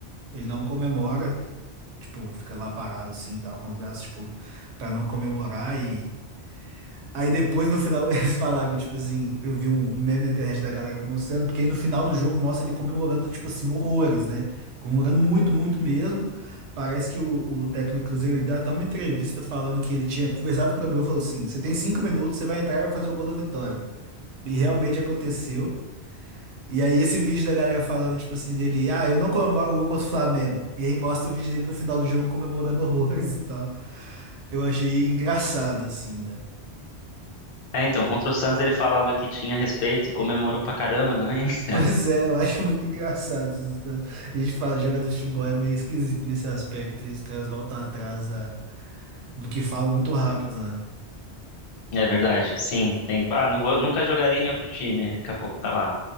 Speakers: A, on the right; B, on the left.
A: Ele não comemora, tipo, fica lá parado assim, tal, com os braços, tipo, pra não comemorar e Aí depois no final <laughs> eles falaram, tipo assim, eu vi um, um meme na internet da galera mostrando, porque aí no final do jogo mostra ele comemorando, tipo assim, horrores, né? Comemorando muito, muito mesmo. Parece que o, o técnico do Cruzeiro ele deu até uma entrevista falando que ele tinha conversado com o Gabriel e falou assim: você tem cinco minutos, você vai entrar e vai fazer o gol da vitória. E realmente aconteceu. E aí esse vídeo da galera falando, tipo assim, dele, ah, eu não comemoro o gol contra o Flamengo. E aí mostra o vídeo dele no final do jogo comemorando horrores e tal. Eu achei engraçado, assim, né?
B: É, então, contra o Santos ele falava que tinha respeito e comemorou pra caramba também. <laughs>
A: Pois é, eu acho muito engraçado essas histórias. A gente fala, jogador de futebol é meio esquisito nesse aspecto, e os caras voltam atrás da, do que falam muito rápido, né?
B: É verdade, sim. Tem, que- ah, não vou, nunca jogaria em outro time, aí daqui a pouco tá lá.